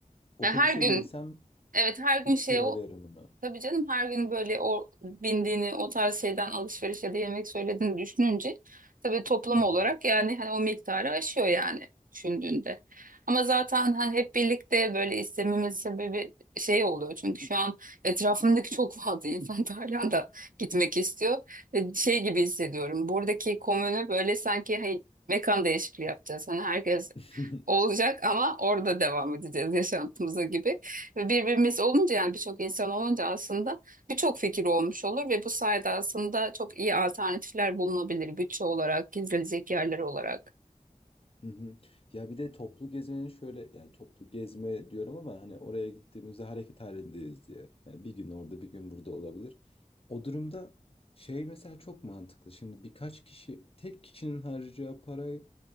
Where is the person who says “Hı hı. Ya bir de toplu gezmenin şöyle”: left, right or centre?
Left